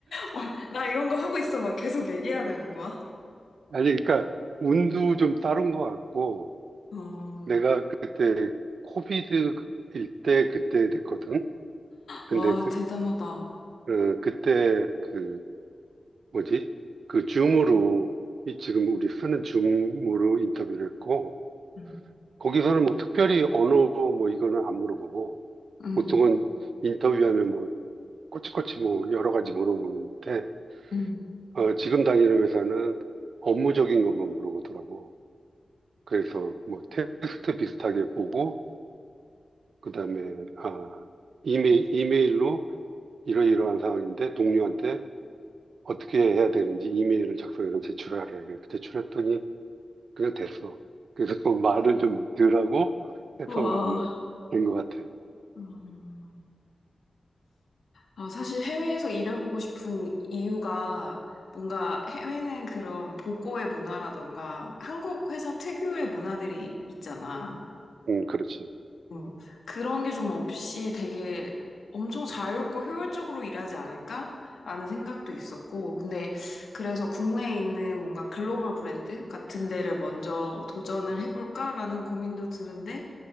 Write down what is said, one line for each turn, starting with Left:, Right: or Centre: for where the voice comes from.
Left: 아, 나 이런 거 하고 있어. 막 계속 얘기해야 되는 거야?
Right: 아니, 그러니까, 운도 좀 따른 것 같고,
Left: 어,
Right: 내가 그때, 코비드일 때 그때 됐거든? 근데
Left: 와,
Right: 그,
Left: 대단하다.
Right: 어, 그때, 그, 뭐지? 그 줌으로, 이 지금 우리 쓰는 줌으로 인터뷰를 했고,
Left: 응,
Right: 거기서는 뭐 특별히 언어 뭐 이거는 안 물어보고,
Left: 응,
Right: 보통은 인터뷰하면 뭐, 꼬치꼬치 뭐 여러 가지 물어보는데,
Left: 응.
Right: 어, 지금 다니는 회사는 업무적인 것만 물어보더라고. 그래서 뭐 테스트 비슷하게 보고, 그 다음에, 아, 이메일, 이메일로 이러이러한 상황인데 동료한테 어떻게 해야 되는지 이메일을 작성해서 제출하래. 그래서 제출했더니 그냥 됐어. 그래서 그 말을 좀 덜하고 해서
Left: 와.
Right: 아마 된 것 같아.
Left: 음. 아, 사실 해외에서 일해보고 싶은 이유가 뭔가 해외는 그런 보고의 문화라던가 한국 회사 특유의 문화들이 있잖아.
Right: 응, 그렇지.
Left: 음, 그런 게 좀 없이 되게 엄청 자유롭고 효율적으로 일하지 않을까라는 생각도 있었고, 근데 그래서 국내에 있는 뭔가 글로벌 브랜드 같은 데를 먼저 도전을 해볼까라는 고민도 드는데,